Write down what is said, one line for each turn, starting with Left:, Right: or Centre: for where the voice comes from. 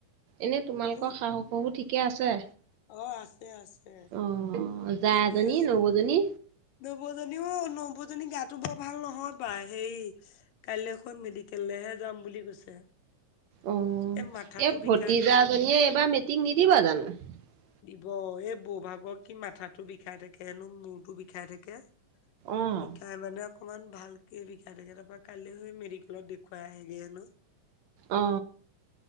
Right: এনে তোমালোকৰ
Left: কিন্তু
Right: শাহু শহু ঠিকে আছে?
Left: অ আছে আছে।
Right: অ' জা
Left: ঠিকে
Right: এজনী
Left: আছে
Right: নবৌজনী।
Left: নৌবজনীও নৌবজনী গাতো বৰ ভাল নহয় পাই সেই কাইলৈখন মেডিকেললেহে যাম বুলি কৈছে। <inaudible>
Right: অ
Left: মাথাটো
Right: এই
Left: বিষাই
Right: ভতিজাজনীয়ে
Left: থাকে
Right: এইবাৰ মেট্ৰিক নিদিব জানোঁ। <unintelligible>
Left: দিব এই বৌভাগৰ কি মাথাটো বিষাই থাকেনো মূৰটো বিষাই থাকে।
Right: অ'
Left: বিষাই মানে কৌ <unintelligible> অকণমান ভালকৈ বিষাই থাকে তাৰপৰা কাইলৈ হৈ মেডিকেলত দেখুৱাই আহেগৈ হেনো
Right: অ